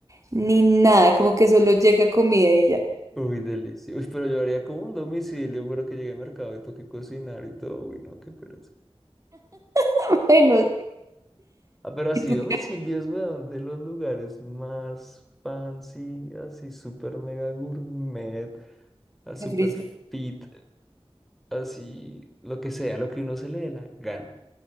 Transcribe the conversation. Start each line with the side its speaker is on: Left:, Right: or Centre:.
Right: ni nada. Como que solo llega comida y ya.
Centre: Uy, delicioso. Uy, pero yo haría como un domicilio, pero que llegue al mercado y toque cocinar y todo. Uy, no, qué pereza.
Right: <laughs> Bueno,
Centre: Ah, pero así
Right: ¿y tú?
Centre: domicilios, weón, de los lugares más fancy, así super mega gourmet, a super
Right: De frisbee.
Centre: fit, así lo que sea, lo que uno se le dé la gana.